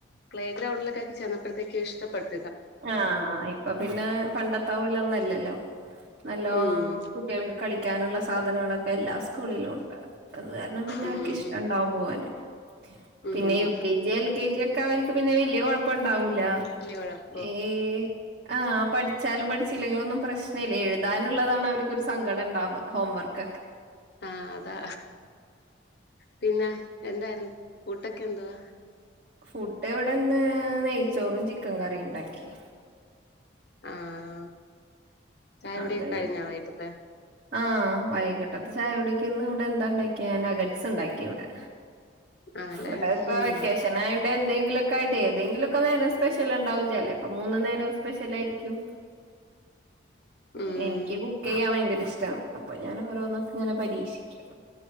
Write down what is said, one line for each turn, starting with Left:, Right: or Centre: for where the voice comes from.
Left: പ്ലേ ഗ്രൗണ്ടിലേക്കെ ചെന്നപ്പോഴത്തേക്ക ഇഷ്ടപ്പെട്ടു
Right: ആഹ് ഇപ്പൊ പിന്നെ പണ്ടത്താപോല്ല ഒന്നുംല്ലല്ലോ നല്ലോണ്ണം
Left: ഉം
Right: കുട്ടികൾക്ക് കളിക്കാനുള്ള സാധനങ്ങളൊക്കെ എല്ലാ സ്കൂളിലും ഉണ്ട്. അത് കാരണം പിന്നെ
Left: ഉം
Right: അവർക്ക്ിഷ്ടാണ്.
Left: ഉം
Right: ഉണ്ടാവും ഓന്
Left: ഉം
Right: പിന്നെ U K G L K G ഒക്കെ അവർക്ക് പിന്നെ വലിയ കുഴപ്പം ഇണ്ടാവൂല.
Left: വല്ല്യകൊഴപ്പം
Right: ഏയ് ആഹ് പഠിച്ചാലും പഠിച്ചില്ലെങ്കിലും ഒന്നും പ്രശ്നമല്ല. എഴുതാനുള്ളതാണ് അവർക്ക് ഒരു സങ്കടംണ്ടാവ ഹോംവർക്ക് കക്ക്
Left: ആഹ് അതാ പിന്നെ എന്തായിരുന്നു ഫുഡൊക്കെ എന്തുവാ?
Right: ഫുഡ് ഇവിടെ ഇന്ന് നെയ്ച്ചോറും ചിക്കൻ കറിം ഉണ്ടാക്കി
Left: ആഹ് ചായ കുടിയൊക്കെ
Right: അതെ
Left: കഴിഞ്ഞാ വൈകിട്ടത്തെ
Right: ആഹ് വൈകിട്ടത്ത ചായ കുടി ഇന്ന് ഇവിടെന്താണ്ടാക്കിയ നഗട്സ് ഉണ്ടാക്കി ഇവിടെ.
Left: ആണല്ലേ
Right: ഇവിടെഇപ്പൊ
Left: ഉം
Right: വെക്കേഷൻ വെക്കേഷനയൊണ്ടെ എന്തെങ്കിലൊക്കൊയിട്ട് ഏതെങ്കിലൊക്കെ നേരം സ്പെഷ്യൽ ഉണ്ടാവും. ചെലെപ്പോ മൂന്ന് നേരം സ്പെഷ്യ ആയിരിക്കും.
Left: ഉം
Right: എനിക്ക് കുക്ക് ചെയ്യാൻ ഭയങ്കര ഇഷ്ടമാണ്. അപ്പൊ ഞാൻ ഓരോന്നൊക്ക ഇങ്ങനെ പരീക്ഷിക്കും.